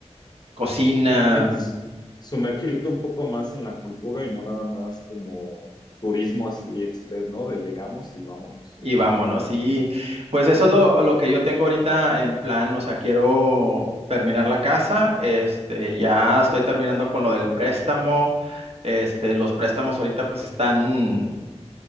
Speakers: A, on the right; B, on the left.
A: cocina
B: Sí,
A: um,
B: sumergirte un poco más en la cultura y no nada más como turismo así express, ¿no? De llegamos y vamos.
A: y vámonos. Y
B: Sí.
A: pues eso
B: Ujú.
A: es lo, lo que yo tengo ahorita en plan, o sea, quiero terminar la casa, este, ya estoy terminando con lo del préstamo. Este, los préstamos ahorita pues están